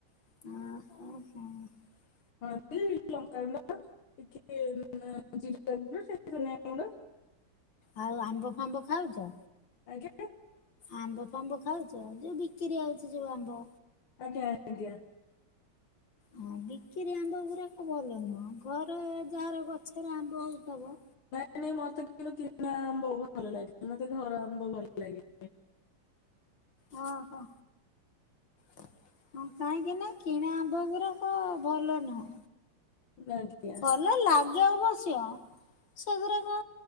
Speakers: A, on the left; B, on the left.
A: ଆ ହ ହ
B: ହଁ କି ଲଙ୍କାଗୁଣ୍ଡ ଟିକେ ଜିରାଗୁଣ୍ଡ ଟିକେ ଧନିଆଗୁଣ୍ଡ।
A: ଆଉ ଆମ୍ବ ଫାମ୍ବ ଖାଉଛ,
B: ଆଜ୍ଞା
A: ଆମ୍ବ ଫାମ୍ବ ଖାଉ ଯୋଉ ବିକ୍ରି ଆଉଛି ଯୋଉ ଆମ୍ବ।
B: ଆଜ୍ଞା ଆଜ୍ଞା।
A: ହଁ ବିକ୍ରି ଆମ୍ବ ଗୁୁରାକ ଭଲ ନୁହଁ, ଘର ଯାହାର ଗଛରେ ଆମ୍ବ ହଉଥବ।
B: ନାଇ ନାଇଁ ମତେ କିନ୍ତୁ କିଣା ଆମ୍ବ ଭଲ ଲାଗେ, ମତେ ଘର ଆମ୍ବ ଭଲ ଲାଗେନି।
A: ଅ ହ। ହଁ କାହିଁକି ନା କିଣା ଆମ୍ବ ଗୁରାକ ଭଲ ନୁହଁ।
B: ଆଜ୍ଞା।
A: ଭଲ ଲାଗେ ଅବଶ୍ୟ ସେଗୁରାକ